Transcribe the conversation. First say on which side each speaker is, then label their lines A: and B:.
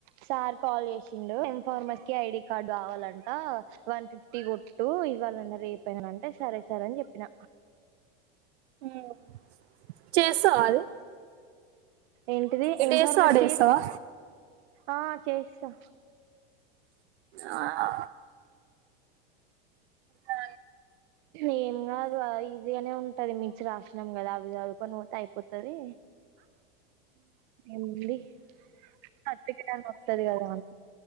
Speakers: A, on the right; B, on the right.
A: Sir call చేసిండు ఇన్ఫార్మస్ కి ఐడి కార్డు కావాలంటే ఆ వన్ ఫిఫ్టీ గోటి టూ ఇవ్వాలన రేపయిన అంటే సరే సార్ అన్ చే పిన
B: ఉమ్ చేసావా అది
A: ఏంటిది
B: ఎట్ట
A: ఎం
B: చేస్తావ్
A: ఫార్మసీ
B: అట్ట
A: చే
B: చేస్తావా
A: ఆ చేస్తా
B: ఆ అ
A: ఏం గాదు ఆ ఈజీగానే ఉంటది మించి రాశినాం గదా అవి చదుకొని పోతే అయిపోతది ఎంది సర్టిఫికెట్ అన్నా వస్తది కదా అని